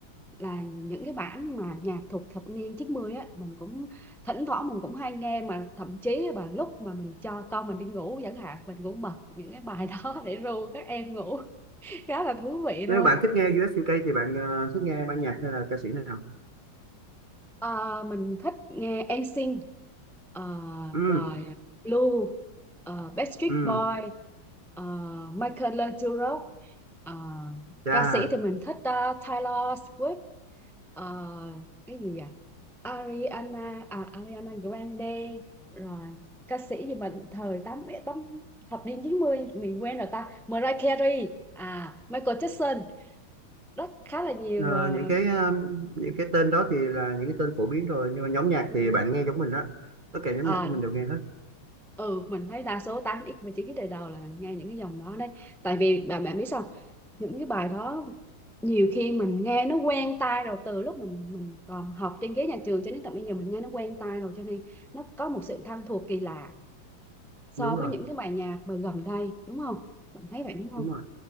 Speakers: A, in the centre; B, on the right.
A: là những cái bản mà nhạc thuộc thập niên 90 á mình cũng thỉnh thoảng mình cũng hay nghe mà thậm chí là lúc mà mình cho con mình đi ngủ chẳng hạn mình cũng bật những cái bài <laughs> đó để ru các em ngủ <laughs> khá là thú vị
B: nếu
A: luôn
B: bạn thích nghe US UK thì bạn ờ, thích nghe ban nhạc hay là ca sĩ nào
A: Ờ, mình thích nghe NSYNC uh,
B: ừ
A: rồi Blue ờ, Backstreet
B: ừ
A: Boy ờ, Michael Learns to Rock Ờ,
B: chà
A: ca sĩ thì mình thích ờ, Taylor Swift Ờ, cái gì à Ariana à Ariana Grande rồi ca sĩ gì mà thời tám tám thập niên 90 mình quen rồi ta Mariah Carey à Michael Jackson rất khá là nhiều
B: Ờ,
A: ờ,
B: những cái ờ, những cái tên đó thì là những cái tên phổ biến rồi nhưng mà nhóm nhạc
A: Ừ.
B: thì bạn nghe giống mình đó tất cả nhóm
A: Ờ,
B: nhạc của mình đều nghe hết
A: ừ mình thấy đa số tám x và 9x đời đầu là nghe những cái dòng đó đấy tại vì bạn bạn biết sao những cái bài đó nhiều khi mình nghe nó quen tai rồi từ lúc mình mình còn học trên ghế nhà trường cho đến tận bây giờ mình nghe nó quen tai rồi cho nên nó có một sự thân thuộc kỳ lạ so
B: đúng
A: với
B: rồi
A: những cái bài nhạc mà gần đây đúng không bạn thấy vậy đúng không
B: đúng rồi